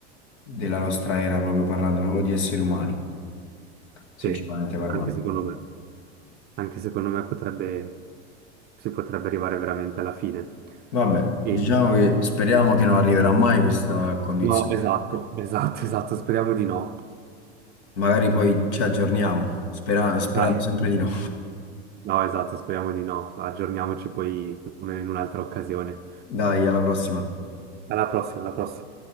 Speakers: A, on the left; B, on the right.
A: della nostra era, proprio parlando proprio di esseri umani, sinceramente
B: Sì,
A: parlando.
B: anche secondo me. Anche secondo me potrebbe, si potrebbe arrivare veramente alla fine.
A: Vabbè,
B: E-
A: diciamo che speriamo che non arriverà mai questa condizione.
B: No, esatto, esatto, <laughs> esatto, speriamo di no.
A: Magari poi ci aggiorniamo, spera- sperando
B: Dai,
A: sempre di no.
B: no, esatto, speriamo di no. Aggiorniamoci poi in in un'altra occasione.
A: Dai, alla prossima.
B: Alla prossima, alla prossima.